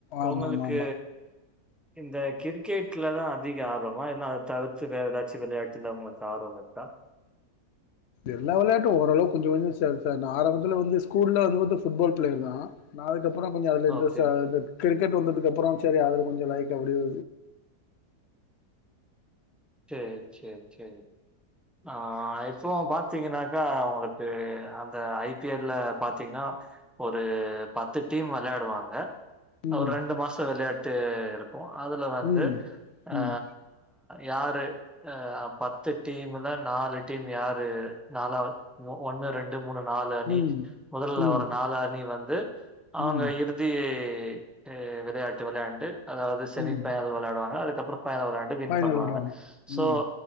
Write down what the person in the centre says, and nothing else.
ஒங்களுக்கு இந்தக் கிரிக்கேட்லதா அதிக ஆர்வமா இல்ல அதத் தவிர்த்து வேற எதாச்சு வெளையாட்டுல உங்களுக்கு ஆர்வமிருக்கா
ஓகே.
சேர் சேர் சேர் ஆஹ் இப்போவப் பாத்திங்கன்னாக்கா அவுங்களுக்கு அந்த ஐ பி எல் ல பாத்தீங்னா ஒருப் பத்து டீம் வெளையாடுவாங்க
அவரெண்டு மாசோ வெளையாட் தேர்ப் ஓ அதுல வந்து
அ
யார் ன்று அ பத்துட் டீம் முல நாலு டீம் யாரு நாலாவ் ஓ ஒன்னு ரெண்டு மூணு நாலு அணி
முதல்ல
வர நாலு அணி வந் து அவுங்க
இறுதி ஹூ விளையாட்டு வெளையாண்டு அதாவது செமி
ஃபைனல் வெளாடுவாங்க அடு கப்றோ ஃபைனல் ஒரு ஆட்டு வின்
பண்ணுவாங்க
சோ